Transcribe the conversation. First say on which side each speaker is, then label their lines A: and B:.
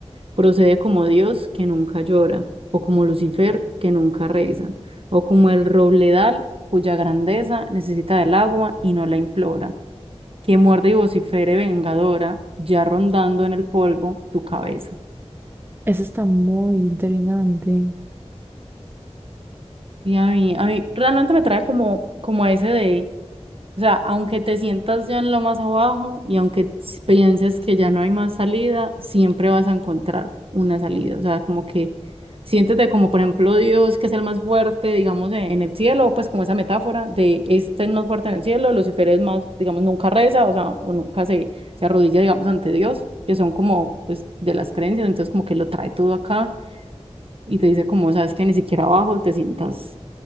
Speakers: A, on the right; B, on the right.
A: Procede como Dios que nunca llora, o como Lucifer que nunca reza, o como el robledal cuya grandeza necesita del agua y no la implora, que muerde y vocifere vengadora, ya rondando en el polvo tu cabeza.
B: Eso está muy interesante.
A: Y a mí, a mí realmente me trae como, como a ese de O sea, aunque te sientas ya en lo más abajo y aunque s- pienses que ya no hay más salida, siempre vas a encontrar una salida. O sea, como que siéntete como, por ejemplo, Dios, que es el más fuerte, digamos, en, en el cielo, pues como esa metáfora de este es más fuerte en el cielo, Lucifer es más, digamos, nunca reza, o sea, o nunca se, se arrodilla, digamos, ante Dios, que son como, pues, de las creencias, entonces como que lo trae todo acá y te dice como, sabes que ni siquiera abajo te sientas,